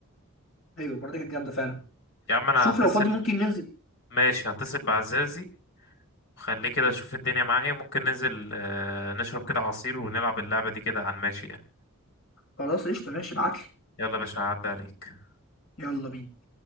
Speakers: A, on the left (about 75°); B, on the left (about 60°).
A: ايوه المره دي كانت جامده فعلا
B: يا عم انا
A: شوف
B: هتصل
A: لو فاضي ممكن ننزل
B: ماشي هتصل بعزازي خليه كده اشوف الدنيا معاه ايه ممكن ننزل آه، نشرب كده عصير ونلعب اللعبه دي كده على الماشي يعني
A: خلاص قشطه ماشي ابعت لي
B: يلا يا باشا هعدي عليك
A: يلا بينا